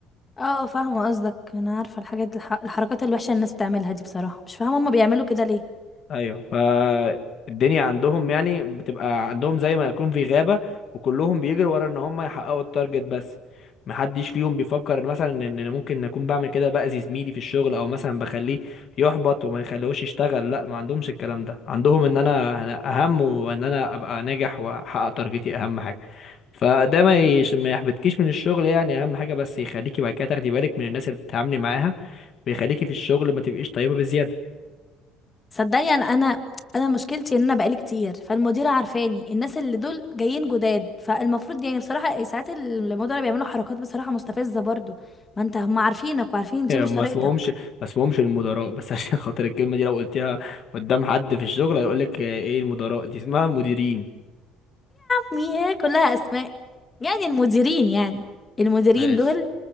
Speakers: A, on the left; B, on the left.
A: اه فاهمه قصدك انا عارفه الحاجات الح... الحركات الوحشه اللي الناس بتعملها دي بصراحه مش فاهمه هما بيعملوا كده ليه
B: ايوه فالدنيا عندهم يعني بتبقى عندهم زي ما يكون في غابة وكلهم بيجروا ورا ان هم يحققوا التارجت بس محدش فيهم بيفكر إن مثلا ان انا ممكن اكون بعمل كده باذي زميلي في الشغل او مثلا بخليه يحبط وما يخليهوش يشتغل لا ما عندهمش الكلام ده عندهم ان انا أنا اهم وان انا ابقى ناجح واحقق تارجتي اهم حاجة فده ما يش... ما يحبطكيش من الشغل يعني اهم حاجه بس يخليكي بعد كده تاخدي بالك من الناس اللي بتتعاملي معاها ويخليكي في الشغل ما تبقيش طيبه بزياده
A: صدقني انا انا انا مشكلتي ان انا بقالي كتير فالمديره عارفاني الناس اللي دول جايين جداد فالمفروض يعني بصراحه ساعات المديره بيعملوا حركات بصراحه مستفزه برضو ما انت هم عارفينك وعارفين
B: <laughs>
A: دي
B: يعني
A: مش
B: ما
A: طريقتك
B: اسمهمش ما اسمهمش المدراء بس <laughs> عشان خاطر الكلمه دي لو قلتيها قدام حد في الشغل هيقول لك ايه المدراء دي اسمها المديرين
A: عمي هي كلها اسماء يعني المديرين يعني المديرين
B: ماشي
A: دول